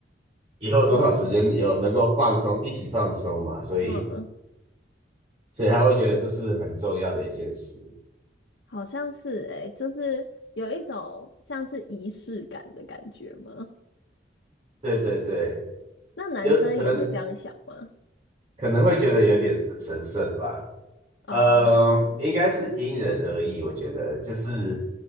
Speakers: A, on the right; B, on the left.
A: 以后多少时间有能够放松一起放松嘛，
B: 嗯
A: 所以
B: 嗯，
A: 所以他会觉得这是很重要的一件事。
B: 好像是诶，就是有一种像是仪式感的感觉吗？
A: 对对对，
B: 那男生也会这样想吗？
A: 有可能可能会觉得有点神圣吧，
B: 哦，
A: 嗯，应该是因人而异，我觉得就是